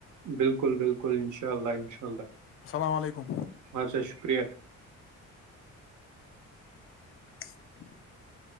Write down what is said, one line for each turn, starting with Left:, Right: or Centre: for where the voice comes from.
Right: بالکل بالکل انشاء اللہ انشاء اللہ
Left: السلام علیکم
Right: اہ سا شکریہ ش
Left: چچ